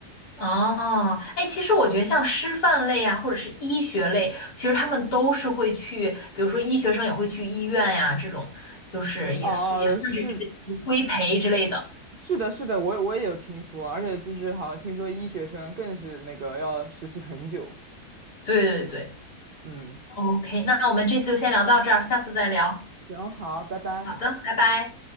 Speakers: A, on the left (about 80°); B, on the right (about 55°).
A: 哦，哎，其实我觉得像师范类啊，或者是医学类，其实他们都是会去，比如说医学生也会去医院呀，这种就是也算也算是
B: 哦，是
A: 规培之类的。
B: 是的，是的，我我也有听说，而且就是好像听说医学生更是那个要实习很久。
A: 对对对
B: 嗯，
A: ，OK，那我们这次就先聊到这儿，下次再聊。
B: 行，好，拜拜。
A: 好的，拜拜。